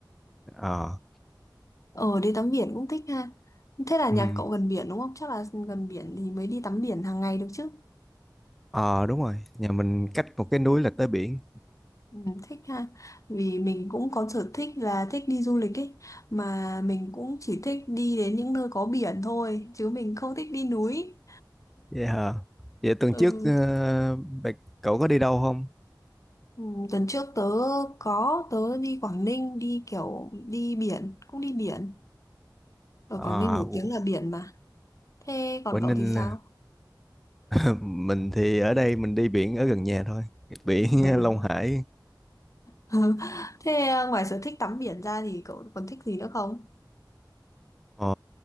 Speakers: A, in the centre; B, on the left (about 45°).
A: Ờ.
B: ờ đi tắm biển cũng thích ha thế là nhà
A: Ừm.
B: cậu gần biển đúng không chắc là gần biển thì mới đi tắm biển hàng ngày được chứ
A: Ờ đúng rồi. Nhà mình cách một cái núi là tới biển.
B: ừ, thích ha vì mình cũng có sở thích là thích đi du lịch ấy mà mình cũng chỉ thích đi đến những nơi có biển thôi chứ mình không thích đi núi
A: Vậy hả? Vậy tuần
B: ừ.
A: trước ờ, bạn cậu có đi đâu không?
B: Ừ, tuần trước tớ có tớ đi Quảng Ninh đi kiểu đi biển cũng đi biển ở
A: À,
B: Quảng Ninh nổi
A: Qu-
B: tiếng là biển mà thế còn
A: Quảng
B: cậu
A: Ninh
B: thì sao
A: là <laughs> mình thì ở đây mình đi biển ở gần nhà thôi, biển
B: ừ.
A: <laughs> Long Hải.
B: <laughs> thế à, ngoài sở thích tắm biển ra thì cậu còn thích gì nữa không
A: Ờ,